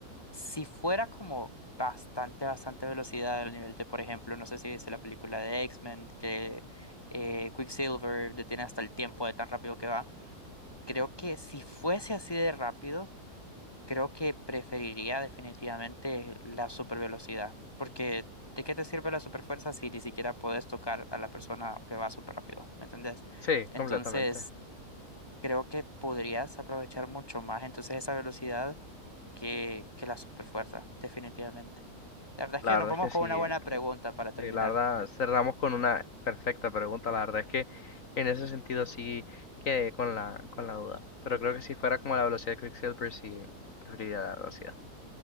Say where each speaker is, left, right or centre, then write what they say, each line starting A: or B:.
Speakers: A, on the left; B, on the left.
A: si fuera como bastante, bastante velocidad al nivel de, por ejemplo, no sé si viste la película de X-Men, que eh, Quicksilver detiene hasta el tiempo de tan rápido que va, creo que si fuese así de rápido, creo que preferiría definitivamente la supervelocidad, porque... ¿De qué te sirve la superfuerza si ni siquiera podés tocar a la persona que va súper rápido? ¿Me entendés?
B: sí,
A: Entonces,
B: completamente.
A: creo que podrías aprovechar mucho más entonces esa velocidad que, que la superfuerza, definitivamente. La verdad es
B: La
A: que
B: verdad
A: nos vamos
B: es que sí,
A: con una buena pregunta para terminar.
B: sí, la verdad
A: <laughs>
B: cerramos con una perfecta pregunta. La verdad es que en ese sentido sí quedé con la, con la duda. Pero creo que si fuera como la velocidad de Quicksilver, sí preferiría la velocidad.